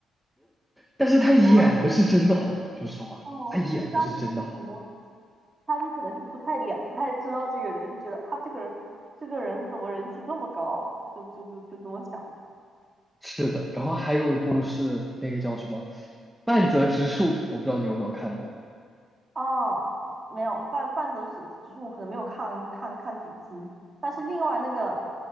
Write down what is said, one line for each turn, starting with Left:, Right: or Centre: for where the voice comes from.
Centre: 但是他演的是真的好，
Right: <laughs> 怎么？
Centre: 我说实话，
Right: 哦，
Centre: 他演的是真的好。
Right: 就是当时不可能，他们可能就不太了，不太知道这个人，就觉得他这个人，这个人怎么人气这么高，就就就就这么想的
Centre: 是的，然后还有一部是那个叫什么《半泽直树》，我不知道你有没有看过，
Right: 哦，没有，半半泽直只是我可能没有看看看几集，但是另外那个